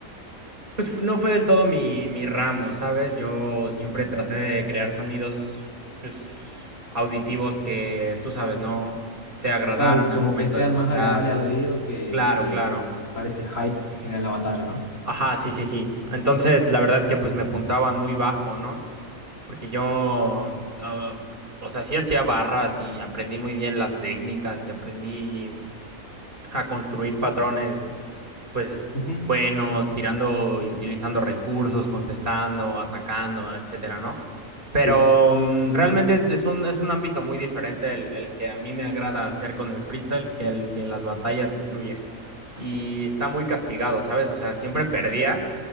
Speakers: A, on the right; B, on the left.
A: pues no fue del todo mi, mi ramo, ¿sabes? Yo siempre traté de crear sonidos pues, auditivos que, tú sabes, ¿no? Te agradaran
B: Claro, como
A: al momento
B: que sean
A: de escucharlos.
B: más agradables al oído que,
A: Claro,
B: que
A: claro.
B: parece hype que generan las batallas, ¿no?
A: Ajá, sí, sí, sí. Entonces, la verdad es que pues me apuntaban muy bajo, ¿no? Porque yo, ah, o sea, sí hacía barras y aprendí muy bien las técnicas y aprendí a construir patrones, pues,
B: Ujú,
A: buenos, tirando y utilizando recursos, contestando, atacando, etcétera, ¿no? Pero
B: Sí,
A: mm, realmente es un, es un ámbito muy diferente el, el que a mí me agrada hacer con el freestyle que el que las batallas incluye. Y está muy castigado, ¿sabes? O sea, siempre perdía.